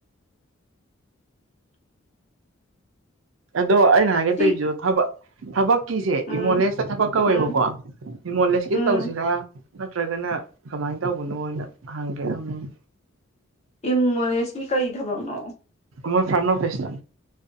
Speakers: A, on the right; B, on the left.
A: ꯑꯗꯣ ꯑꯩꯅ ꯍꯥꯏꯒꯦꯇꯩꯁꯨ
B: ꯁꯤ
A: ꯊꯕꯛ ꯊꯕꯛ ꯀꯤꯁꯦ
B: ꯎꯝ
A: ꯏꯃꯣꯂꯦꯁꯇ ꯊꯕꯛ ꯀꯧꯋꯦꯕꯀꯣ
B: ꯎꯝ
A: ꯏꯃꯣꯂꯦꯁꯀꯤꯗ
B: ꯎꯝ
A: ꯇꯧꯁꯤꯔꯥ ꯅꯠꯇ꯭ꯔꯒꯅ ꯀꯃꯥꯏꯅ ꯇꯧꯕꯅꯣ ꯑꯅ ꯍꯪꯒꯦꯅ ꯇꯧꯔꯏ
B: ꯏꯃꯣꯂꯦꯁꯀꯤ ꯀꯩ ꯊꯕꯛꯅꯣ
A: ꯃꯣꯏ ꯐ꯭ꯔꯥꯟ ꯑꯣꯐꯤꯁꯇ